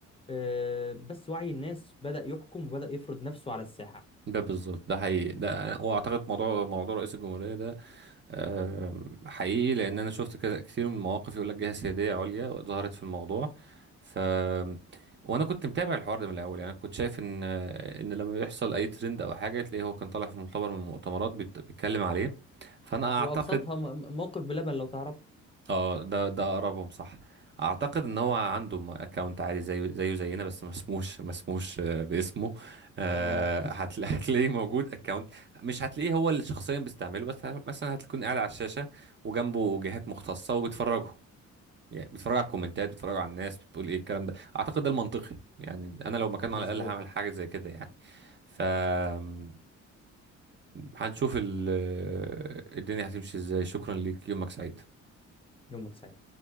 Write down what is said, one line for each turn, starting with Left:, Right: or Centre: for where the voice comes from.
Left: آه، بس وعي الناس بدأ يحكم وبدأ يفرض نفسه على الساحه
Right: ده بالظبط ده حقيقي ده واعتقد موضوع موضوع رئيس الجمهورية ده آه، حقيقي لان انا شفت كده كتير من المواقف يقول لك جهه سياديه عليا ظهرت في الموضوع ف وانا كنت متابع الحوار ده من الاول يعني أنا كنت شايف ان ان لما بيحصل اي ترند او حاجه تلاقيه هو كان طالع في مؤتمر من المؤتمرات بيت- بيتكلم عليه فانا
Left: وابسطها
Right: اعتقد
Left: م- م- موقف بلبن لو تعرفه
Right: اه ده ده اقربهم صح اعتقد ان هو عنده اكونت عادي زيه زيه زينا بس ما اسموش ما اسموش آه، باسمه آه،
Left: اه
Right: هتلا- <laughs> هتلاقيه موجود اكونت مش هتلاقيه هو اللي شخصيا بيستعمله بس ه- مثلا هتكون قاعد على الشاشه وجنبه جهات مختصه وبيتفرجوا يعني بيتفرجوا على الكومنتات بيتفرجوا على الناس بتقول ايه الكلام ده اعتقد ده المنطقي يعني انا لو مكانه
Left: مظبوط
Right: على الاقل هعمل حاجه زي كده يعني ف آم، هنشوف ال- آه، الدنيا هتمشي ازاي شكرا ليك يومك سعيد
Left: يومك سعيد